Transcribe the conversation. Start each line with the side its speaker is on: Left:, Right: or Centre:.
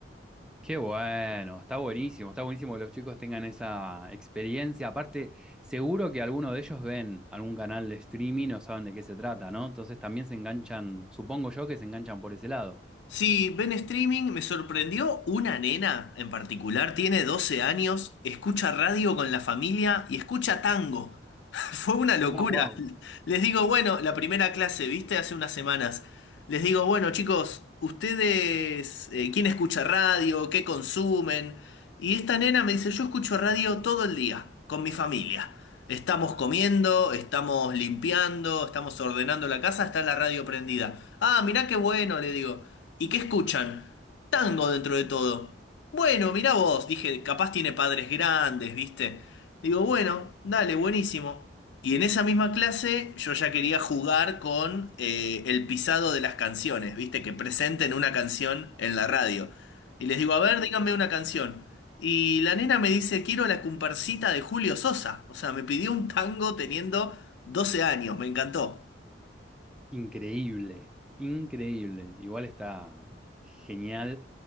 Centre: Qué bueno, está buenísimo, está buenísimo que los chicos tengan esa experiencia. Aparte, seguro que alguno de ellos ven algún canal de streaming o saben de qué se trata, ¿no? Entonces también se enganchan, supongo yo que se enganchan por ese lado.
Left: Sí, ven streaming, me sorprendió una nena en particular, tiene 12 años, escucha radio con la familia y escucha tango. <laughs> Fue una locura.
Centre: Ah, wow.
Left: Les digo, bueno, la primera clase, viste, hace unas semanas. Les digo, bueno, chicos, ustedes, eh, ¿quién escucha radio? ¿Qué consumen? Y esta nena me dice, yo escucho radio todo el día, con mi familia. Estamos comiendo, estamos limpiando, estamos ordenando la casa, está la radio prendida. Ah, mirá qué bueno, le digo. ¿Y qué escuchan? Tango dentro de todo. Bueno, mirá vos, dije, capaz tiene padres grandes, ¿viste? Digo, bueno, dale, buenísimo. Y en esa misma clase yo ya quería jugar con eh, el pisado de las canciones, ¿viste? Que presenten una canción en la radio. Y les digo, a ver, díganme una canción. Y la nena me dice, quiero la comparsita de Julio Sosa. O sea, me pidió un tango teniendo 12 años, me encantó.
Centre: Increíble, increíble. Igual está genial.